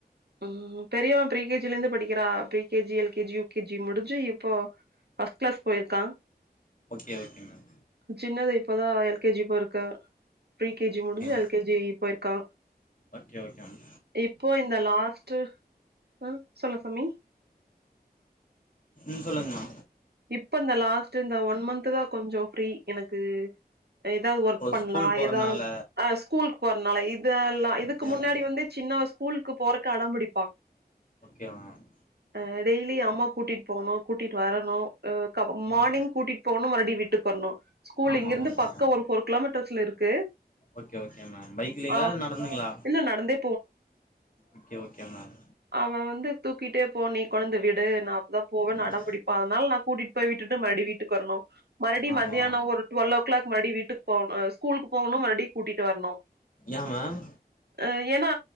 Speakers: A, on the right; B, on the left.
A: ம் பெரியவன் ப்ரீ கே ஜிலருந்து படிக்கிறான் pre K G L K G U K G முடிஞ்சு இப்போ ஃபஸ்ட் கிளாஸ் போயிருக்கான்
B: okay okay ma'am
A: சின்னவ இப்பதான் எல் கே ஜி போய்ருக்கா ப்ரீ கேஜி
B: ஓகே
A: முடிஞ்சு எல் கே ஜி போயிருக்கான்
B: ஓகே ஓ கே ம்
A: இப்போ இந்த லாஸ்ட் ஹ சொல்லு சமி
B: ம் சொல்லுங்கமா
A: இப்ப இந்த லாஸ்ட் இந்த ஒன் மந்த் தா கொஞ்சம் ஃப்ரீ எனக்கு எதாது ஒர்க்
B: ஓ
A: பண்லாம்
B: ஸ்கூல் போறனால
A: எதாது அ ஸ்கூலுக்கு போறதுனால இதுல்லாம்
B: ஓகே
A: இதுக்கு
B: ஓகே
A: முன்னாடி வந்து சின்னவன் ஸ்கூல் க்கு போறக்கு அடம்புடிப்பான்
B: ஓ கே மேம்
A: ஆ டெய்லி அம்மா கூட்டிட்டு போகனும் கூட்டிட்டு வரணும் அ மார்னிங்
B: ம்
A: கூட்டிட்டு போகணும் மறுபடி வீட்டுக்கு வரணு ஸ்கூல்
B: ஆமா
A: இங்கிருந்து
B: ஆமா
A: பக்கம்
B: ஆமா
A: ஒரு ஃபோர் கிலோமீட்டர்ஸ்ல இருக்கு
B: ஓகே ஓகே மேம் பைக்லிங்ளா
A: ஆ
B: இல்ல நடந்துங்ளா
A: இல்ல நடந்தே
B: ஓகே ஓகே மேம்
A: அவன் வந்து தூக்கிட்டே போ நீ கொன்னந்து விடு நா அப்பதா போவன்னு
B: ம்
A: அடம் பிடிப்பா அதனால நா கூட்டிட்டு போய் விட்டுட்டு மறுபடியு வீட்டுக்கு வரனு மறுடி
B: ஆமா
A: மத்தியானோ ஒரு டுவல் ஓ கிளாக் மறுடி வீட்டுக்கு போகனோ ஸ்கூலுக்கு போகனோ மறுடி கூட்டிட்டு வரனு
B: ஏன் மேம்
A: ஹ ஏனா